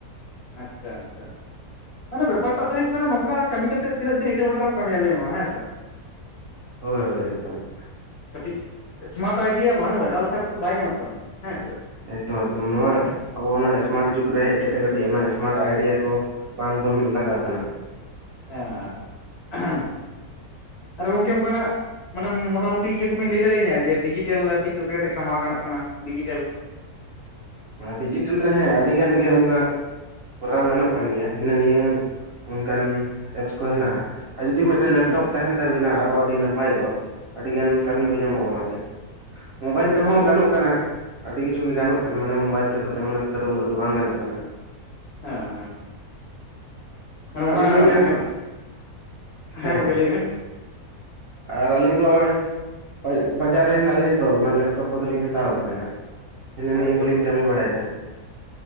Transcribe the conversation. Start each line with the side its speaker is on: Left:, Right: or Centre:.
Left: ᱟᱪᱪᱷᱟ ᱟᱪᱪᱷᱟ ᱢᱟᱱᱮ ᱵᱮᱯᱟᱨᱴᱟᱜ ᱫᱚ ᱦᱩᱭᱩᱜ ᱠᱟᱱᱟ ᱱᱚᱝᱠᱟ ᱠᱟᱹᱢᱤ ᱠᱟᱛᱮᱫ ᱛᱤᱱᱟᱹᱜ ᱫᱤᱱ ᱤᱴᱟᱹ ᱵᱷᱟᱴᱟ ᱨᱮᱢ ᱠᱟᱹᱢᱤᱭᱟ ᱞᱮᱭᱢᱮ ᱢᱟ ᱦᱮᱸ ᱥᱮ <inaudible>
Right: ᱦᱳᱭ ᱦᱳᱭ ᱮᱠᱫᱚᱢ
Left: ᱠᱟᱹᱴᱤᱡ ᱮᱥᱢᱟᱨᱴ ᱟᱭᱰᱤᱭᱟ ᱵᱟᱝ ᱞᱟᱜᱟᱣ ᱞᱮᱠᱷᱟᱱ ᱛᱚ ᱵᱟᱭ ᱜᱟᱱᱚᱜ ᱠᱟᱱᱟ ᱦᱮᱸ ᱥᱮ
Right: ᱮᱠᱫᱚᱢ ᱮᱠᱫᱚᱢ ᱱᱚᱣᱟ ᱟᱵᱚ ᱚᱱᱟ ᱥᱢᱟᱨᱴ ᱡᱩᱜᱽ ᱨᱮ ᱦᱮᱡ ᱠᱟᱛᱮᱜ ᱠᱟᱹᱴᱤᱡ ᱚᱱᱟ ᱥᱢᱟᱨᱴ ᱟᱭᱰᱤᱭᱟ ᱠᱚ ᱵᱟᱝᱵᱚᱱ ᱞᱟᱜᱟᱣ ᱫᱟᱱᱜ
Left: ᱟᱪᱪᱷᱟ ᱟᱨ ᱜᱚᱢᱠᱮ ᱚᱱᱠᱟᱱᱟᱜ ᱢᱟᱱᱮ ᱢᱚᱴᱟᱢᱩᱴᱤ ᱤᱭᱟᱹ ᱠᱚᱵᱤᱱ ᱞᱟᱹᱭ ᱫᱟᱲᱮᱧᱟ ᱡᱮ ᱰᱤᱡᱤᱴᱟᱞ ᱟᱨᱠᱤ ᱪᱮᱜ ᱞᱮᱠᱟ ᱠᱟᱛᱮᱜ ᱠᱟᱢᱟᱣ ᱜᱟᱱᱚᱜ ᱠᱟᱱᱟ ᱰᱤᱡᱤᱴᱮᱞ
Right: ᱰᱤᱡᱤᱴᱮᱞᱛ ᱨᱮ ᱦᱮᱸ ᱟᱹᱰᱤ ᱜᱟᱱ ᱜᱮ ᱚᱝᱠᱟ ᱠᱚᱨᱟᱣ ᱜᱟᱱᱚᱜ ᱠᱟᱱ ᱜᱮᱭᱟ ᱦᱤᱱᱟᱹ ᱱᱤᱭᱟᱹ ᱚᱝᱠᱟᱱ ᱮᱯᱥ ᱠᱚ ᱦᱮᱱᱟᱜᱼᱟ ᱟᱨ ᱡᱩᱫᱤ ᱢᱮᱫᱴᱮᱱ ᱞᱮᱯᱴᱚᱯ
Left: ᱦᱩᱸ ᱦᱩᱸ
Right: ᱛᱟᱦᱮᱱ ᱛᱟᱵᱤᱱᱟ ᱟᱨᱚ ᱟᱹᱰᱤ ᱱᱟᱯᱟᱭᱚᱜᱼᱟ ᱟᱹᱰᱤᱜᱟᱱ ᱠᱟᱹᱢᱤ ᱠᱚ ᱧᱟᱢᱚᱜᱼᱟ ᱚᱱᱟᱛᱮ ᱢᱳᱵᱟᱭᱤᱞ
Left: ᱟᱪᱪᱷᱟ
Right: ᱛᱮᱦᱚᱸ ᱜᱟᱱᱚᱜ ᱠᱟᱱᱟ ᱟᱹᱰᱤ ᱠᱤᱪᱷᱩ ᱜᱮ ᱜᱟᱱᱚᱜ ᱠᱟᱱᱟ ᱢᱟᱱᱮ ᱢᱳᱵᱟᱭᱤᱞ ᱛᱮᱫᱚ ᱛᱮᱢᱚᱱ ᱡᱚᱢ ᱛᱮᱫᱚ ᱩᱱᱟᱹᱜ ᱫᱚ ᱵᱟᱝ ᱜᱟᱱᱚᱜ ᱠᱟᱱᱟ
Left: ᱦᱮᱸ ᱦᱮᱸ ᱢᱟᱱᱮ
Right: ᱟᱹᱞᱤᱧ
Left: ᱚᱱᱟ
Right: ᱫᱩᱞᱤᱟᱧ
Left: ᱦᱮᱸ
Right: ᱦᱟᱸᱜ ᱦᱮᱸ
Left: ᱜᱚᱝᱠᱮ
Right: ᱦᱮᱸ
Left: ᱞᱟᱹᱭ ᱵᱤᱱ
Right: ᱟᱨ ᱟᱹᱞᱤᱧ ᱫᱚ ᱦᱚᱜᱼᱚᱭ ᱵᱟᱡ ᱵᱟᱡᱟᱨ ᱨᱮ ᱦᱮᱱᱟᱜ ᱞᱤᱧᱟ ᱛᱚ ᱚᱱᱟ ᱞᱮᱯᱴᱚᱯ ᱠᱚᱫᱚᱞᱤᱧ ᱦᱟᱛᱟᱣ ᱠᱟᱫᱟ ᱱᱟᱦᱟᱹᱜ ᱦᱤᱱᱟᱹ ᱱᱤᱭᱟᱹ
Left: ᱟᱪᱪᱷᱟ
Right: ᱠᱚᱞᱤᱧ
Left: ᱟᱪᱪᱷᱟ
Right: ᱠᱟᱹᱢᱤ ᱵᱟᱲᱟᱭᱮᱫᱟ